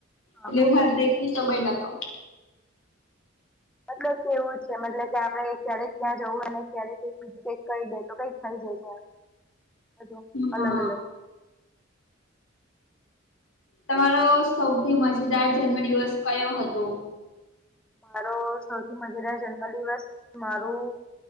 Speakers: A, in the centre; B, on the left.
A: હા
B: એટલે
A: હા
B: એવું માર
A: બરાબર.
B: તો એક કિસ્સો બયનો તો.
A: મતલબ કેવું છે, મતલબ કે આપણેે ક્યારેક ક્યાં જવું ને ક્યારેક કઈક કઈ દે તો કઈક થઈ જાય છે, બધું અલગ
B: હા
A: અલગ.
B: તમારો સૌથી મજેદાર જન્મ દિવસ કયો હતો?
A: મારો સૌથી મજેદાર જન્મ દિવસ મારું